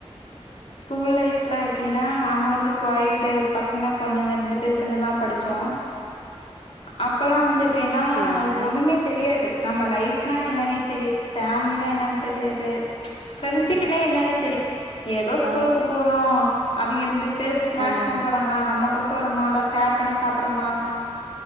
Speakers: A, on the left (about 65°); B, on the right (about 80°).
A: ஸ்கூல் லைஃப்லா எப்டின்னா நாங்க வந்து குயாடு பசங்க பொண்ணுங்க ரெண்டு பேர் சேந்துதா படிச்சோ அப்பல்லா வந்து எப்டின்னா
B: செரிங்க
A: நாங்க ஒண்ணுமே தெரியாது நம்ம லைஃப்னா என்னனே தெரியாது ஃபேமிலினா என்னன் தெரியாது கன்ஸீவ்னா என்னன்னே தெரியாது யாது ஸ்கூலுக்கு
B: ஆ
A: போறோ அவிங்க ரெண்டு பேர் ஸ்நாக்ஸ்
B: ஆமாங்க
A: கொண்ட்டு வராங்ளா நம்ம கொண்ட்டு வரோமா எல்லா ஷேர் பண்ணி சாப்பிறமா